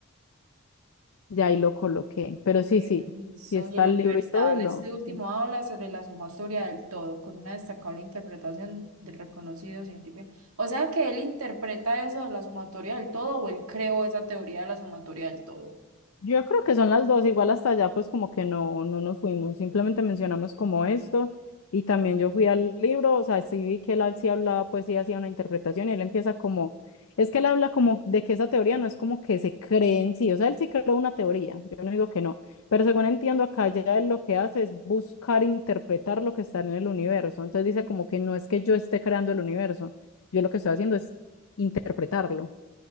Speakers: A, on the left; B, on the right.
A: ya ahí lo coloqué. Pero
B: Eh,
A: sí, sí,
B: Listo,
A: sí está
B: y el
A: el
B: Universal
A: libro y todo y lo...
B: este último
A: lo-
B: habla sobre la sumatoria del todo, con una destacable interpretación del reconocido científico. O sea que él interpreta eso de la sumatoria del todo, o él creó esa teoría de la sumatoria del todo.
A: Yo creo que son las dos, igual hasta allá pues como que no, no nos fuimos, simplemente mencionamos como esto y también yo fui al libro, o sea, sí vi que él ha- sí hablaba, pues sí hacía una interpretación y él empieza como, es que él habla como de que esa teoría no es como que se cree en sí, o sea, él sí creó una teoría, yo no digo que no, pero según entiendo acá ya él lo que hace es buscar interpretar lo que está en el universo, entonces dice como que no es que yo esté creando el universo, yo lo que estoy haciendo es interpretarlo